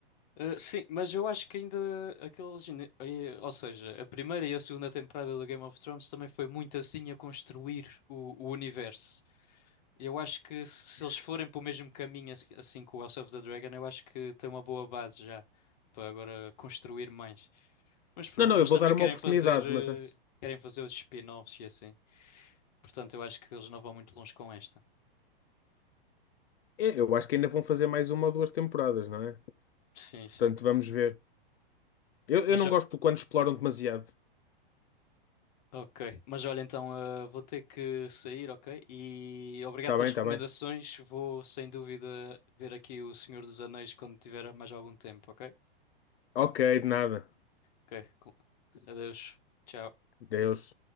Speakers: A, on the left (about 45°); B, on the left (about 75°).
A: Uh, sim, mas eu acho que ainda aqueles. ini- eh, Ou seja, a primeira e a segunda temporada do Game of Thrones também foi muito assim a construir o, o universo. Eu acho que se
B: Se-
A: eles forem para o mesmo caminho ass- assim com o House of the Dragon, eu acho que tem uma boa base já para agora construir mais. Mas pronto,
B: Não, não, eu
A: eles
B: vou
A: também
B: dar uma
A: querem
B: oportunidade,
A: fazer, eh,
B: mas acho-
A: querem fazer os spin-offs e assim. Portanto, eu acho que eles não vão muito longe com esta.
B: eu eu acho que ainda vão fazer mais uma ou duas temporadas, não é?
A: Sim,
B: Portanto,
A: sim.
B: vamos ver. Eu,
A: Mas
B: eu não
A: já.
B: gosto de quando exploram demasiado.
A: Ok, mas olha, então eh, vou ter que sair, ok? E obrigado
B: Tá
A: pelas
B: bem,
A: recomendações.
B: tá bem.
A: Vou sem dúvida ver aqui o Senhor dos Anéis quando tiver mais algum tempo, ok?
B: Ok, de nada.
A: Ok, com- adeus. Tchau.
B: Deus.